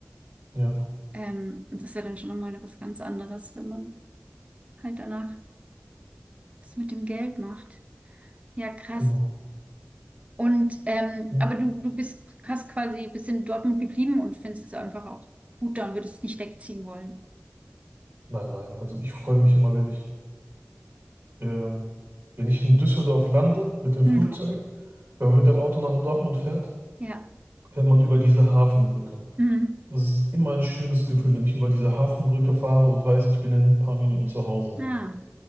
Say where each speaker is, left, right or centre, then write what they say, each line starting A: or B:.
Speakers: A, on the right; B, on the right.
A: Ja,
B: Ähm, und das ist ja dann schon nochmal was ganz anderes, wenn man halt danach was mit dem Geld macht. Ja, krass.
A: genau.
B: Und ähm,
A: Hm.
B: aber du, du bist, hast quasi bist in Dortmund geblieben und findest es einfach auch gut da und würdest es nicht wegziehen wollen.
A: Nein, nein, also ich freue mich immer, wenn ich, ähm, wenn ich in Düsseldorf lande mit dem
B: Hm.
A: Flugzeug, wenn man mit dem Auto nach Dortmund fährt,
B: Ja.
A: fährt man über diese Hafenbrücke.
B: Hm.
A: Das ist immer ein schönes Gefühl, wenn ich über diese Hafenbrücke fahre und weiß, ich bin in ein paar Minuten zu Hause.
B: Ah.